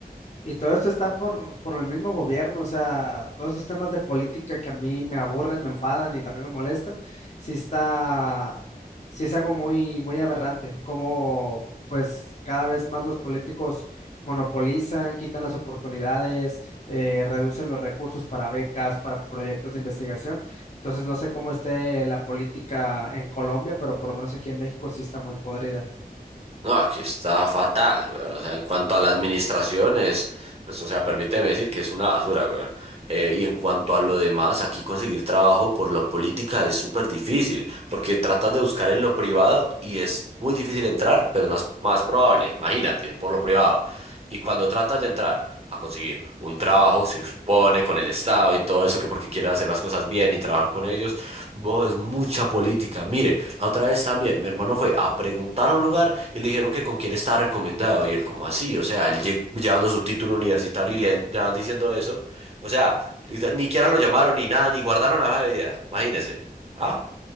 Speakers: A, on the left (about 45°); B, on the right (about 40°).
A: Y todo esto está por, por el mismo gobierno, o sea, todos estos temas de política que a mí me aburren, me enfadan y también me molestan, sí está, sí es algo muy, muy aberrante, como pues cada vez más los políticos monopolizan, quitan las oportunidades, eh, reducen los recursos para becas, para proyectos de investigación. Entonces no sé cómo esté la política en Colombia, pero por lo menos aquí en México sí está muy podrida.
B: No, aquí está fatal, weón. O sea, en cuanto a la administración es, pues, o sea, permíteme decir que es una basura, weón. Eh, y en cuanto a lo demás, aquí conseguir trabajo por la política es súper difícil, porque tratas de buscar en lo privado y es muy difícil entrar, pero más, más probable, imagínate, por lo privado. Y cuando tratas de entrar a conseguir un trabajo, se supone, con el Estado y todo eso, que porque quieres hacer las cosas bien y trabajar con ellos, vos, es mucha política. Mire. La Otra vez también, mi hermano fue a preguntar a un lugar y le dijeron que con quién estaba recomendado. Y él, como así? O sea, él lle- llevando su título universitario y le le diciendo eso. O sea, literal, ni siquiera lo llamaron ni nada, ni guardaron la hoja de vida. Imagínese. ¿Ah?